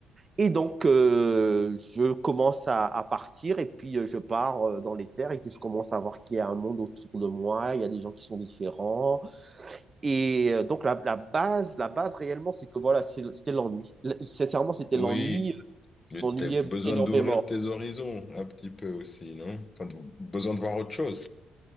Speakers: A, on the right; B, on the left.
A: Et donc, euh, je commence à, à partir et puis euh, je pars euh, dans les terres et puis je commence à voir qu'il y a un monde autour de moi, il y a des gens qui sont différents. Et euh, donc, la, la base, la base réellement, c'est que voilà, c'est- c'était l'ennui. L- Sincèrement, c'était
B: Oui,
A: l'ennui. euh,
B: le-
A: Je m'ennuyais
B: t'as besoin
A: énormément.
B: d'ouvrir tes horizons un petit peu aussi, non? Enfin, de- besoin de voir autre chose.